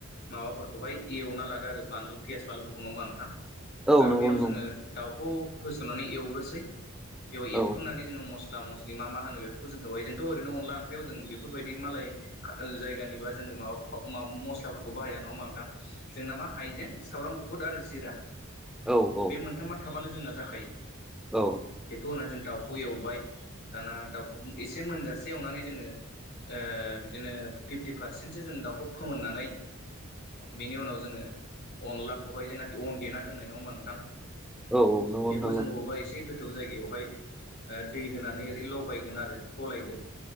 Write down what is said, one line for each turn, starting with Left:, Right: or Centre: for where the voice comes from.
Left: माबाफोरखौहाय एवना लादो आरो बानलु पियास बानलुफोरखौ नंङा होमबा नोंथां
Centre: औ
Left: आरो
Centre: नंगौ
Left: बेयाव
Centre: नंगौ
Left: जोंङो दाउखौ होसोनानै एवनोसै बेयाव
Centre: औ
Left: एवखांनानै जोंङो मस स्ला मस्लि मा मा होनो बेफोरखौ जों होबाय जोंथ' ओरैनो अनला ओंख्रियाव जों बेफोरबायदि मालाय खा जायगानि बा जों माबा फा मस्लाफोरखौ बाहाया नङा होमबा नोंथां जोंना मा हाइजें सामब्राम गुफुर आरो जिरा
Centre: औ औ
Left: बे मोनथामा थाबानो जोंना जाखायो।
Centre: औ
Left: बेखौ होननानै जों दाउखौ एवबाय दाना दाउखौ एसे मोनजासे एवनानै जोंङो ओ बिदिनो फिफ्टि पारसेन्टसो जों दाउखौ फोमोननानै बिनि उनाव जोंङो अनलाखौहाय जेनाखि अन देना दोननाय नंङा होमबा नोंथां
Centre: औ औ नंगौ
Left: बेखौ
Centre: नोंथां नंगौ
Left: जोंङो बबेबा एसे गोथौ जायगायावहाय दै होनानै ओरै लगायगोन आरो गलायगोन